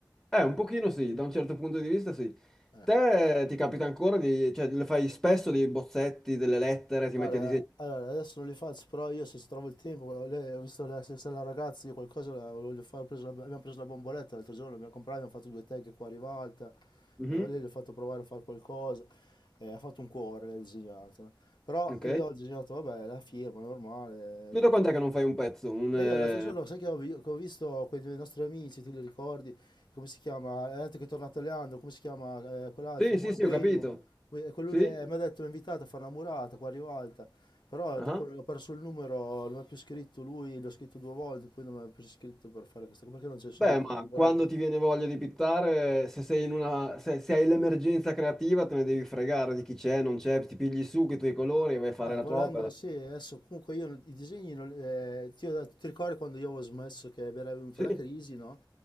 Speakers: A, in the centre; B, on the left (about 75°).
A: Eh, un pochino sì, da un certo punto di vista sì.
B: Eh.
A: Te eh, ti capita ancora di, cioè, le fai spesso dei bozzetti, delle lettere, ti
B: Guarda,
A: metti a disegnare?
B: eh, allora, adesso non li faccio, però io se ci trovo il tempo, lei, ho visto la, se, se la ragazza, io qualcosa la voglio fare, ho preso la- abbiamo preso la bomboletta l'altro giorno, l'abbiamo comprata, abbiamo fatto due tag qua a rivalta,
A: Mhm,
B: eh, lei gli ho fatto provare a fare qualcosa, eh, ha fatto un cuore, l'ha disegnato, no? Però
A: Ok.
B: io ho disegnato, vabbè, la firma, normale,
A: Tu da quant'è che non fai un pezzo? Un, eh,
B: E io l'altro giorno, sai che ho, vi- che ho visto quei due nostri amici, ti li ricordi? Come si chiama? Eh, Anche che è tornato Leandro, come si chiama eh, quell'altro?
A: Sì,
B: Bu-
A: sì, sì,
B: Bueno.
A: ho capito.
B: Que- Quello
A: Sì?
B: lì, eh, mi ha detto, mi ha invitato a fare una murata qua a Rivalta. Però
A: Ah.
B: dopo ho perso il numero, non mi ha più scritto lui, l'ho scritto due volte, poi non mi ha più scritto per fare questa cosa, perché non c'è i
A: Beh,
B: soldi per
A: ma
B: le bombolette.
A: quando ti viene voglia di pittare, se sei in una... se, se hai l'emergenza creativa, te ne devi fregare di chi c'è, non c'è, ti pigli su che i tuoi colori e vai a fare
B: Eh,
A: la
B: volendo,
A: tua opera.
B: eh, sì, adesso comunque io i disegni, non- eh, ti, ho detto- ti ricordi quando io avevo smesso che mi era venuta
A: Sì,
B: la crisi, no?